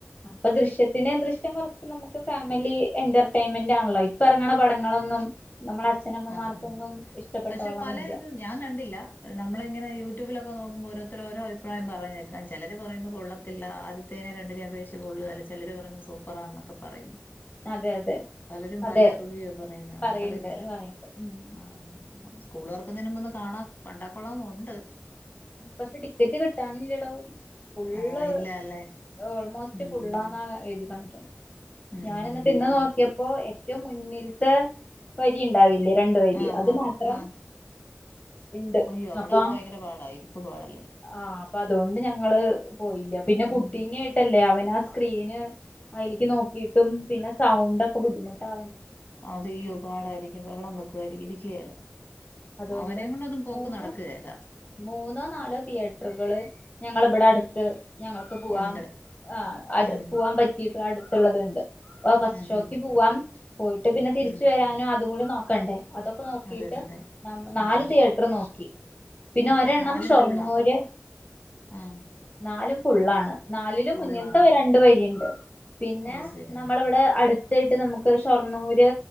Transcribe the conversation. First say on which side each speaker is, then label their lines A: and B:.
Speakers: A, on the left (about 40°); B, on the left (about 55°).
A: പ്പ ദൃശ്യത്തിനെ ദൃശ്യം കൊർച്ച് നമുക്ക് ഫാമിലി എന്റർടൈൻമെന്റ് ആണല്ലോ ഇപ്പറങ്ങണ പടങ്ങളൊന്നും നമ്മളെ അച്ഛനമ്മമാർക്കൊന്നും
B: ആഹ് ഹ
A: ഇഷ്ടപ്പെട്ടോളന്നില്ല
B: പക്ഷെ പല തും ഞാൻ കണ്ടില്ല നമ്മളിങ്ങനെ യൂട്യൂബിലൊക്കെ നോക്കുമ്പോ ഓരോ തരോ അഭിപ്രായം പറഞ്ഞേക്കാം ചെലര് പറയുന്നു കൊള്ളത്തില്ല ആദ്യത്തേനെ രണ്ടിനെ അപേക്ഷിച്ച് കൊള്ള അല്ല ചെലര് പറഞ്ഞു സൂപ്പറാന്നൊക്കെ പറയും.
A: അതെ അതെ
B: പലരും
A: അതെ
B: പല റിവ്യോ പറയുന്ന നമുക്കറിയത്തില്ല
A: പറയണ്ട് പറയണ്ട് ഉം
B: ആഹ് സ്കൂള് തൊർക്കുന്നെന്മ്പ് ന്ന് കാണ കണ്ടാക്കോള്ളന്നോണ്ട്
A: പക്ഷെ ടിക്കറ്റ് കിട്ടാനില്ലടോ ഫുള്ള്
B: ആഹ് ഇല്ല അല്ലേ
A: ഓൾമോസ്റ്റ്
B: ഉം
A: ഫുള്ളന്ന എഴ് കണിക്കണേ
B: ഉം
A: ഞാൻ
B: ഉം
A: എന്നിട്ട്
B: ഉം
A: ഇന്ന്
B: ഉം
A: നോക്കിയപ്പോ എ റ്റോം മുന്നിൽത്തെ വരി ഉണ്ടാവില്ലേ രണ്ടു വരി
B: ആഹ്
A: അത്
B: ആഹ്
A: മാത്രം
B: ആഹ്
A: ഇണ്ട്
B: അയ്യോ അവിടെ
A: അപ്പൊ
B: ഭയങ്കര പാടാ ഇരിപ്പ് പാടല്ലേ
A: ആഹ് അപ്പൊ അതോണ്ട് ഞങ്ങള് പോയില്ല പിന്നെ
B: ഉം
A: കുട്ടീനെയിട്ട ല്ലെ അവനാ സ്ക്രീന് അയിലേക്ക് നോക്കിട്ടും പിന്നെ സൗണ്ട് ബുദ്ധിമുട്ടാ
B: അത് അയ്യോ പാടായിരിക്കും ബഹളം വെക്കുയിരിക്കും ഇരിക്കുകേല
A: അതുകൊണ്ട്
B: അവനേം കൊണ്ടൊന്നും പോക്ക്
A: മൂന്ന്
B: നടക്കുകേല
A: മൂന്നോ നാലോ തിയേറ്ററുകള്- ഞങ്ങള് ഇവിടെ അടുത്ത്- ഞങ്ങൾക്ക് പൂവാം
B: ഉണ്ട്
A: ആ
B: ഉം
A: പൂവാൻ പറ്റിട്ട്- അടുത്തുള്ളത്ണ്ട് ഓ പശ്ച്ചോക്ക്
B: ഉം ഉം
A: പോവാം പോയിട്ട് പിന്നെ തിരിച്ചു
B: ഉം
A: വരാനും അതും കൂടി നോക്കണ്ടേ അതൊക്കെ നോക്കിട്ട്-
B: അതെ അതെ
A: നാല്
B: ആഹ്
A: തീയേറ്റർ - നോക്കി പിന്നെ
B: ആഹ്
A: ഒരെണ്ണം
B: പാലും
A: ഷൊർണ്ണൂര്
B: ഫുള്ളാ ആഹ്
A: നാലും ഫുള്ളാണ്
B: ആഹ്
A: നാലിലും
B: ഫുള്ളാണ്
A: മുന്നിലത്തെ രണ്ടു വരിയുണ്ട് പിന്നെ
B: അത് ശരി
A: നമ്മളിവിടെ അടു- ഇതായിട്ട് നമുക്ക് ഷൊർണ്ണൂര്